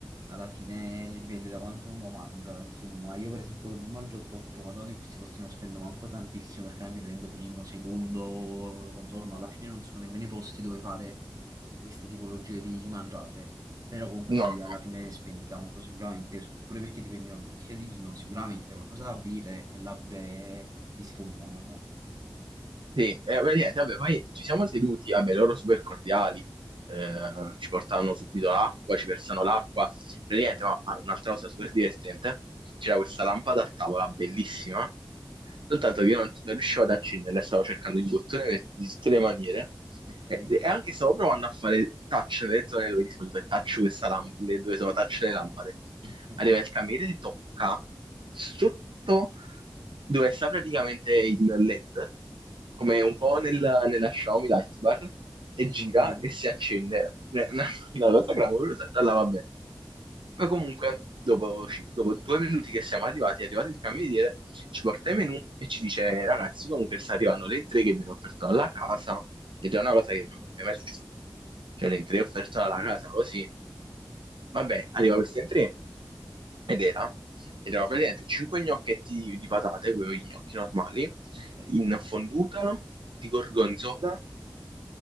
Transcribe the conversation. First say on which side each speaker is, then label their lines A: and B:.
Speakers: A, on the right (about 45°); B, on the right (about 75°).
A: alla fine dipende da quanto uno mangia, insomma, io per esempio che non mangio troppo, quando vado in questi posti non spendo manco tantissimo perché non mi prendo primo, secondo, contorno, alla fine non sono nemmeno i posti dove fare queste tipologie di mangiate, però comunque
B: No,
A: sì,
B: no,
A: alla fine spendi tanto sicuramente, pure perché ti prendi una bottiglia di vino, sicuramente qualcosa da bere e là pure ti sfondano, eh.
B: Sì, eh, beh, niente, vabbè, poi ci siamo seduti, vabbè, loro super cordiali, eh, ci portavano subito l'acqua, ci versano l'acqua, praticamente, ma ah, un'altra cosa super divertente, c'era questa lampada a tavola bellissima, soltanto che io non, non riuscivo ad accenderla, stavo cercando il bottone per- di tutte le maniere,
A: Ok,
B: e, e anche stavo provando a fare touch nelle zone dove di solito è touch questa lamp- le dove sono touch le lampade,
A: ok,
B: arriva il cameriere e tocca sotto dove sta praticamente il LED, come un po' nella, nella Xiaomi Lightbar,
A: sì
B: e gira
A: sì ho capito,
B: e si accende. Eh, <laughs> Una, una cosa clamorosa, già là va bene. Poi comunque, dopo, ci- dopo due minuti che siamo arrivati, è arrivato il cameriere, ci porta i menù e ci dice, "Eh, ragazzi, comunque sta arrivando l'entrée che viene offerta dalla casa, ed è una cosa che non mi è mai successa. Cioè, l'entrée offerta dalla casa, così. Vabbè, arriva questa entrée, ed era ed erano praticamente 5 gnocchetti di, di patate, quei gnocchi normali,
A: ok.
B: in fonduta di gorgonzola,